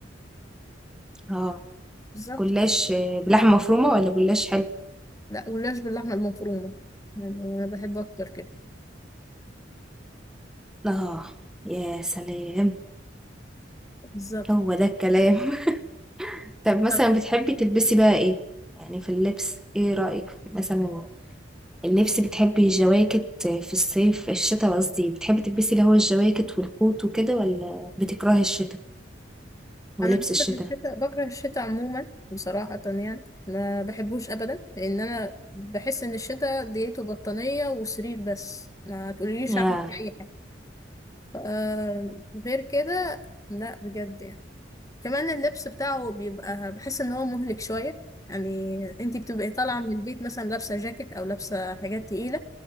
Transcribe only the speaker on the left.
بالظبط
لا جلاش باللحمة المفرومة يعني أنا بحب أكتر كده
بالظبط
طب،
أنا
بكره الشتاء بكره الشتاء عموما بصراحة يعني ما بحبوش أبدا لأن أنا بحس إن الشتاء ديته بطانية وسرير بس ما تقوليليش
أعمل فيه أي حاجة آه غير كده لا بجد يعني كمان اللبس بتاعه بيبقى بحس ان هو مهلك شوية يعني انتي بتبقي طالعة من البيت مثلا لابسة جاكيت او لابسة حاجات تقيلة